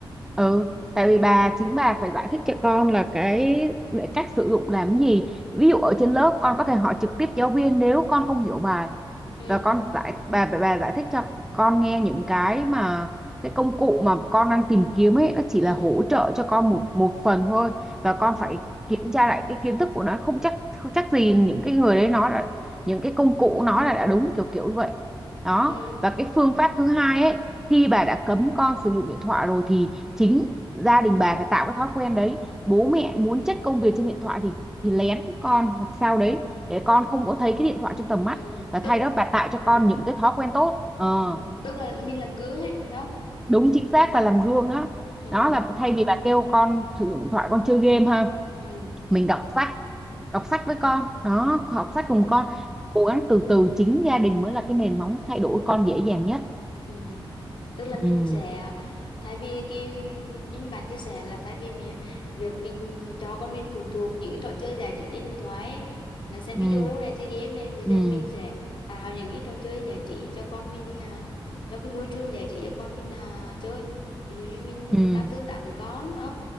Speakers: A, in the centre; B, on the left.
A: ừ tại
B: ừ
A: vì bà chính bà phải giải thích cho con là cái cái cách sử dụng làm gì ví dụ ở trên lớp con có thể hỏi trực tiếp giáo viên nếu con không hiểu bài
B: ừ
A: và con giải bà bà bà giải thích cho con nghe những cái mà cái công cụ mà con đang tìm kiếm ấy nó chỉ
B: ừ
A: là hỗ trợ cho con một một phần thôi và
B: ừ
A: con phải kiểm tra lại cái kiến thức của nó không chắc không chắc gì những cái người đấy nói là những cái công cụ nó là đã đúng kiểu kiểu như vậy đó
B: ừ
A: và cái phương pháp thứ hai ấy khi bà đã cấm con sử dụng điện thoại rồi thì chính gia đình bà phải tạo cái thói quen đấy bố mẹ muốn check công việc trên điện thoại thì thì lén con hoặc sao đấy để con không có thấy cái điện thoại trong tầm mắt
B: ừ
A: là thay
B: tức
A: đó bà tạo cho
B: ừ
A: con những cái thói quen tốt ờ,
B: ừ tức là mình làm gương ấy phải không
A: đúng chính xác là làm gương đó
B: ừ
A: đó là thay vì bà kêu con sử dụng điện thoại con chơi game ha
B: ừ
A: mình đọc sách đọc sách với con đó học sách
B: ừ
A: cùng con cố gắng từ từ chính gia đình mới là cái nền móng thay đổi con dễ dàng nhất
B: ừ ừ. tức là mình
A: ừ,
B: sẽ thay vì cái như như bạn chia sẻ là thay vì mình việc mình cho con mình phụ thuộc những cái trò chơi giải trí trên điện thoại ấy, là xem
A: ừ,
B: video này chơi game này thì giờ
A: ừ,
B: mình sẽ tạo những cái trò chơi giải trí cho con mình à, cho cái môi trường giải trí cho con mình à, chơi ví dụ như mình
A: ừ.
B: tăng tương tác với con đúng không